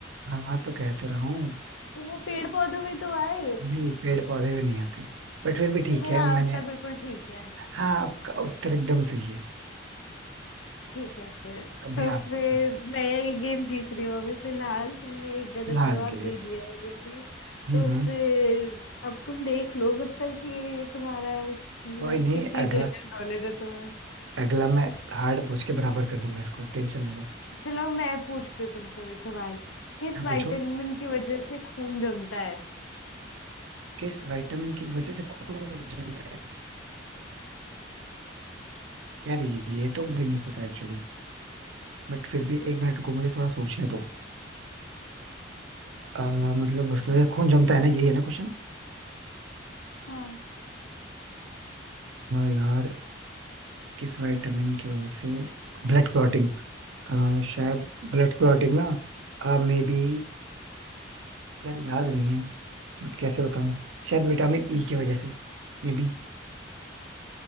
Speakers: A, on the right; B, on the left.
A: हाँ हाँ तो कह तो रहा हूँ
B: तो वो पेड़ पौधों में तो आए
A: नहीं पेड़ पौधे में नहीं आते बट फिर भी ठीक
B: तो मेरा
A: है मैंने
B: उत्तर बिल्कुल ठीक
A: हाँ आपका उत्तर एकदम सही है
B: ठीक है फिर
A: अभी
B: तो
A: आप
B: फिर
A: पूछो
B: मैं ये गेम जीत रही हूँ अभी फिलहाल तुमने एक गलत
A: फिलहाल
B: जवाब
A: के लिए
B: दे दिया ऑलरेडी
A: हम्म
B: तो
A: हम्म
B: फिर अब तुम देख लो मतलब कि तुम्हारा मतलब
A: कोई नहीं
B: कितनी
A: अगला
B: जनरल नॉलेज है तुम्हें
A: अगला मैं हार्ड पूछ के बराबर कर दूंगा इसको टेंशन ना लो
B: चलो मैं पूछती हूँ तुमसे अब एक सवाल किस
A: हाँ पूछो
B: विटामिन की वजह से खून जमता है
A: किस विटामिन की वजह से खून जलता है यार ये तो मुझे नहीं पता एक्चुअली बट फिर भी एक मिनट को मुझे थोड़ा सोचने दो अ, मतलब उसकी वजह से खून जमता है ना यही है ना क्वेश्चन
B: हाँ
A: यार किस विटामिन की वजह से ब्लड क्लॉटिंग शायद ब्लड क्लॉटिंग ना मे बी यार याद नहीं है बट कैसे बताऊं शायद विटामिन ई की वजह से may be